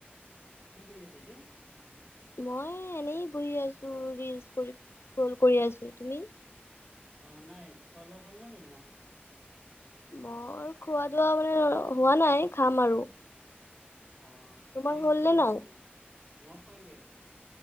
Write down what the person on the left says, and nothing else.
মই এ, এনেই বহি আছোঁ, ৰিল স্ক্ৰল কৰি আছোঁ। তুমি?
মোৰ খোৱা দোৱা মানে হোৱা নাই, খাম আৰু।
তোমাৰ
হ'ল
নে নাই?